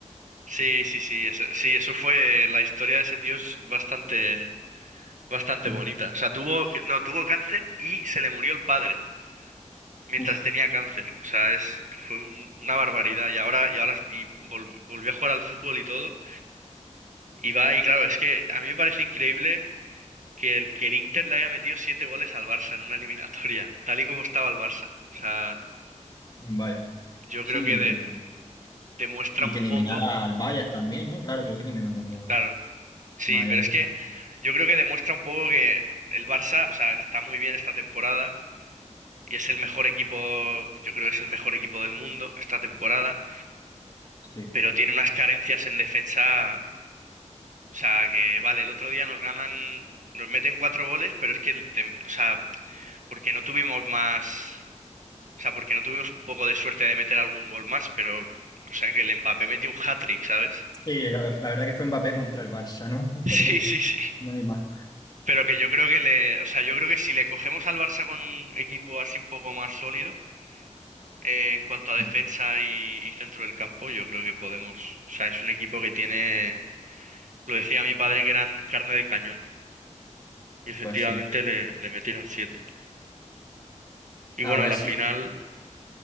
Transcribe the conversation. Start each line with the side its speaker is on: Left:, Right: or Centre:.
Right: sí, sí, sí, eso, sí, eso fue la historia de ese tío es bastante, bastante
Left: Mm,
Right: bonita. O sea, tuvo, no, tuvo cáncer y se le murió el padre mientras
Left: Uf,
Right: tenía cáncer. O sea, es, fue un- una barbaridad. Y ahora, y ahora, y vol- volvió a jugar al fútbol y todo. Y va, y claro, es que a mí me parece increíble que el, que el Inter le haya metido siete goles al Barça en una eliminatoria, tal y como estaba el Barça. O sea,
Left: vaya.
Right: yo
Left: Sí,
Right: creo que
Left: y
Right: de-
Left: que,
Right: demuestra
Left: y
Right: un
Left: que eliminara
Right: poco,
Left: al Bayern también, ¿no? Claro, creo que eliminó también. al-
Right: claro. Sí,
Left: Madre
Right: pero
Left: mía.
Right: es que yo creo que demuestra un poco que el Barça, o sea, está muy bien esta temporada y es el mejor equipo, yo creo que es el mejor equipo del mundo esta temporada,
Left: Sí.
Right: pero tiene unas carencias en defensa, o sea, que vale, el otro día nos ganan, nos meten cuatro goles, pero es que, el tem- o sea, porque no tuvimos más, o sea, porque no tuvimos un poco de suerte de meter algún gol más, pero, o sea, que el Mbappé metió un hat-trick, ¿sabes? <laughs>
Left: Sí, la, la verdad que fue Mbappé contra el Barça, ¿no? <laughs>
Right: Sí,
Left: No,
Right: sí, sí.
Left: no hay más.
Right: Pero que yo creo que le, o sea, yo creo que si le cogemos al Barça con un equipo así un poco más sólido, eh, en cuanto a defensa
Left: Mm,
Right: y, y centro del campo, yo creo que podemos. O sea, es un equipo que tiene, lo decía mi padre que eran carne de cañón. Y efectivamente
Left: Pues sí.
Right: le, le metieron siete. Y
Left: A
Right: bueno,
Left: ver
Right: la
Left: si,
Right: final,